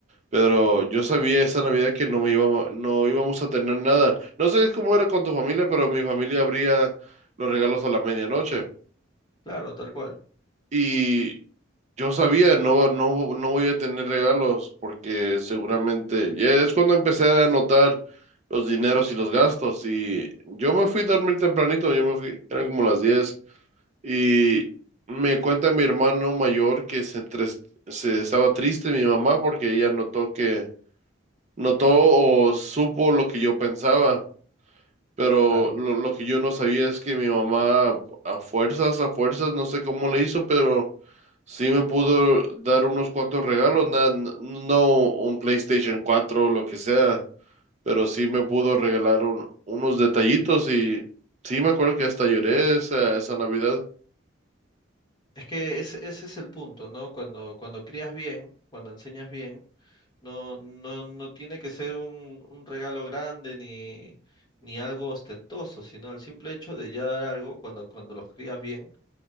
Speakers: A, on the right; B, on the left.
A: Pero yo sabía esa Navidad que no me íbamos, no íbamos a tener nada. No sé cómo era con tu familia, pero mi familia abría los regalos a la medianoche.
B: Claro, tal cual,
A: Y yo sabía, no, no, no voy a tener regalos porque seguramente ya es cuando empecé a anotar los dineros y los gastos. Y yo me fui a dormir tempranito, yo me fui, eran como las diez Y me cuenta mi hermano mayor que se, entres- se estaba triste mi mamá porque ella notó que notó o supo lo que yo pensaba, pero
B: claro.
A: lo, lo que yo no sabía es que mi mamá a fuerzas, a fuerzas, no sé cómo le hizo, pero sí me pudo dar unos cuantos regalos, na- n- no un PlayStation 4 o lo que sea, pero sí me pudo regalar un- unos detallitos y sí me acuerdo que hasta lloré esa, esa Navidad.
B: Es que ese, ese es el punto, ¿no? Cuando, cuando crías bien, cuando enseñas bien, No, no, no tiene que ser un, un regalo grande ni, ni algo ostentoso, sino el simple hecho de ya dar algo, cuando, cuando los crías bien,